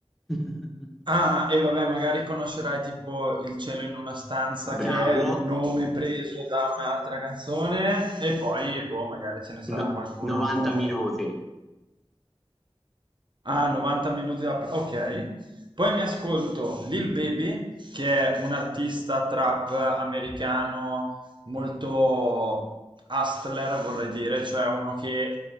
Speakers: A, in the centre; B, on the right.
A: <laughs>
B: Ah, e vabbè, magari conoscerai tipo Il cielo in una stanza,
A: bravo,
B: che è il nome preso da un'altra canzone, e poi, boh, magari ce ne sarà
A: No-
B: qualcuno
A: 90
B: un po'.
A: minuti.
B: Ah, 90 minuti da... Ok. Poi mi ascolto Lil Baby, che è un artista trap americano molto hustler, vorrei dire, cioè uno che